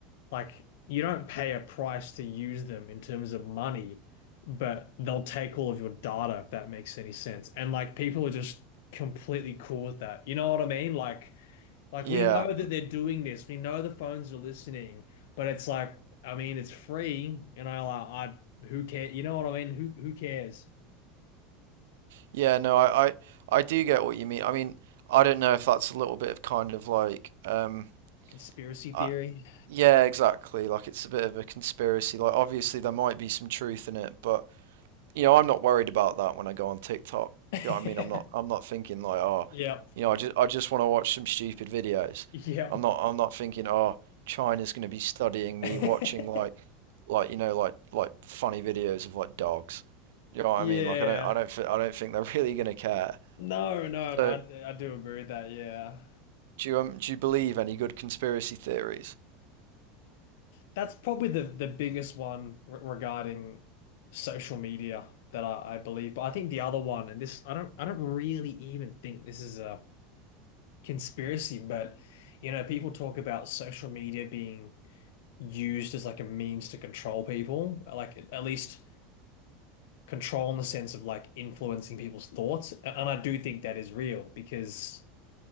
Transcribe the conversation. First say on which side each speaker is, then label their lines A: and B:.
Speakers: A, on the left (about 75°); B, on the right (about 80°).
A: like you don't pay a price to use them in terms of money, but they'll take all of your data if that makes any sense. And like people are just completely cool with that. You know what I mean? Like like
B: Yeah,
A: we know that they're doing this. We know the phones are listening, but it's like I mean it's free and I like I who care? You know what I mean? Who who cares?
B: yeah, no, I, I I do get what you mean. I mean, I don't know if that's a little bit of kind of like um,
A: Conspiracy theory.
B: I, yeah, exactly. Like it's a bit of a conspiracy. Like obviously there might be some truth in it, but you know, I'm not worried about that when I go on TikTok.
A: <laughs>
B: You know what I mean? I'm not I'm not thinking like, oh,
A: Yep.
B: you know, I just I just want to watch some stupid videos.
A: Yep.
B: I'm not I'm not thinking, oh, China's going to be studying
A: <laughs>
B: me watching like like you know like like funny videos of like dogs. You know what
A: Yeah.
B: I mean? Like I don't I don't thi- I don't think they're <laughs> really going to care.
A: No, no,
B: So,
A: no, I I do agree with that. Yeah.
B: do you um, do you believe any good conspiracy theories?
A: That's probably the the biggest one re regarding social media that I, I believe. But I think the other one, and this I don't I don't really even think this is a conspiracy, but you know, people talk about social media being used as like a means to control people, like at least control in the sense of like influencing people's thoughts. And I do think that is real because